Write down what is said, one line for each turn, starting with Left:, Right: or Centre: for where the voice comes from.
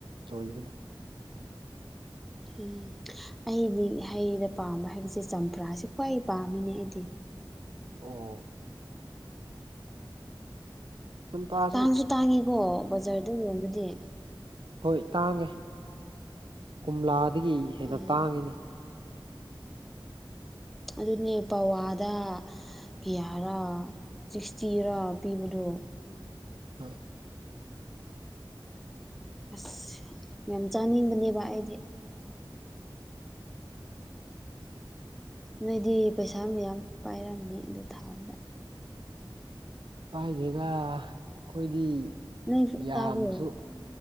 Right: ꯇꯣꯏꯕꯅꯤ
Centre: ꯎꯝ ꯑꯩꯗꯤ ꯍꯩꯩꯅ ꯄꯥꯝꯕ ꯍꯥꯏꯕꯁꯦ ꯆꯝꯄ꯭ꯔꯥꯁꯦ ꯈ꯭ꯋꯥꯏ ꯄꯥꯝꯃꯤꯅꯦ ꯑꯩꯗꯤ
Right: ꯑꯣ ꯇꯨꯝ ꯇꯥꯁ
Centre: ꯇꯥꯡꯁꯨ ꯇꯥꯡꯉꯤꯀꯣ ꯕꯖꯥꯔꯗ ꯌꯕꯗꯤ
Right: ꯍꯣꯏ ꯇꯥꯡꯉꯦ ꯀꯣꯝꯂꯥꯗꯒꯤ ꯍꯦꯟꯅ
Centre: ꯎꯝ
Right: ꯇꯥꯡꯉꯤꯅꯤ
Centre: ꯑꯗꯨꯅꯦ ꯄꯋꯥꯗ ꯀꯤꯌꯥꯔꯥ ꯁꯤꯛꯁꯇꯤꯔ ꯄꯤꯕꯗꯣ
Right: ꯍꯣꯏ
Centre: ꯑꯁ ꯌꯥꯝ ꯆꯥꯅꯤꯡꯕꯅꯦꯕ ꯑꯩꯗꯤ ꯅꯣꯏꯗꯤ ꯄꯩꯁꯥ ꯏꯁꯥ ꯃ ꯌꯥꯝ ꯄꯥꯏꯔꯝꯅꯤ ꯑꯗꯨ ꯊꯥꯕꯗ
Right: ꯄꯥꯏꯁꯤꯒ ꯑꯩꯈꯣꯏꯗꯤ
Centre: ꯅꯣꯏ
Right: ꯌꯥꯝꯃꯁꯨ
Centre: ꯇꯥꯕ꯭ꯔꯣ